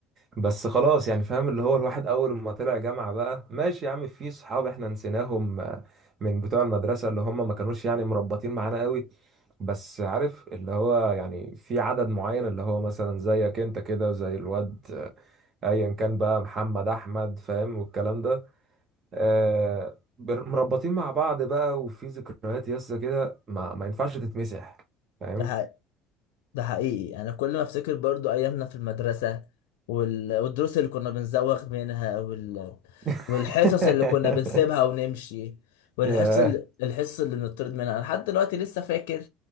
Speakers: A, on the right; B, on the left.
A: بس خلاص يعني فاهم اللي هو الواحد اول ما طلع جامعة بقى ماشي يا عم في صحاب احنا نسيناهم آه، من بتوع المدرسة اللي هم ما كانوش يعني مربطين معانا قوي بس عارف اللي هو يعني في عدد معين اللي هو مثلا زيك انت كده وزي الواد آه، ايا كان بقى محمد احمد فاهم والكلام ده آه، بر- مربطين مع بعض بقى وفي ذكريات يسا كده ما, ما ينفعش تتمسح فاهم
B: ده حقيقي ده حقيقي انا كل ما افتكر برضو ايامنا في المدرسة وال... والدروس اللي كنا بنزوغ منها وال...
A: <laughs>
B: والحصص اللي كنا بنسيبها ونمشي والحصة
A: ياه
B: اللي... الحصة اللي بنطرد منها انا لحد دلوقتي لسه فاكر